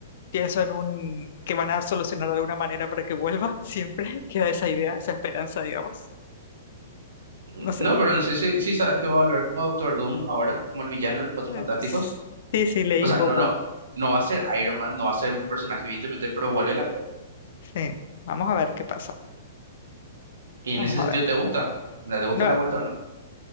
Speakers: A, on the left (about 60°); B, on the right (about 80°).
A: pienso en un que van a solucionar de alguna manera para que vuelva, siempre <laughs> queda esa idea, esa esperanza, digamos.
B: Mm,
A: No
B: No,
A: sé.
B: pero no sé si, si sabes que va a volver como Doctor Doom ahora, como el villano de los Cuatro Fantásticos.
A: Eh, Sí, sí, leí
B: O sea,
A: un poco.
B: no, no, no va a ser Iron Man, no va a ser mi personaje, evidentemente, pero vuelve el actor.
A: Sí, vamos a ver qué pasa.
B: Y
A: Vamos
B: en ese
A: a
B: sentido,
A: ver.
B: ¿te gusta? ¿Te gusta
A: No,
B: la vuelta o no?